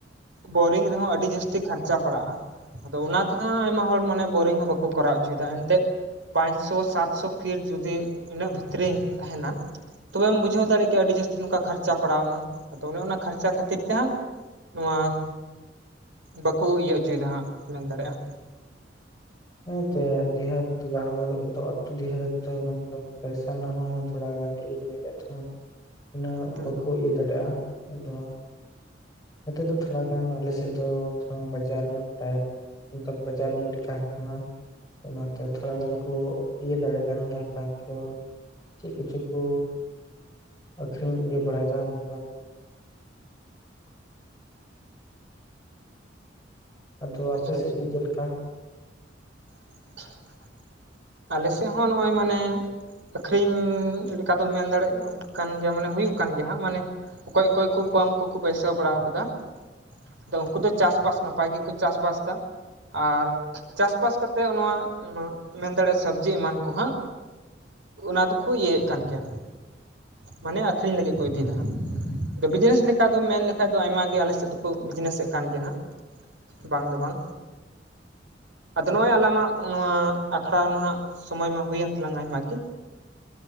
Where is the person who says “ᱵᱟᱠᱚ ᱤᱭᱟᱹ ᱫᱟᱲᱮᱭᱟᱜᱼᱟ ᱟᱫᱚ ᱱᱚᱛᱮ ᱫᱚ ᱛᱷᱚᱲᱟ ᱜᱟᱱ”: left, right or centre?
Left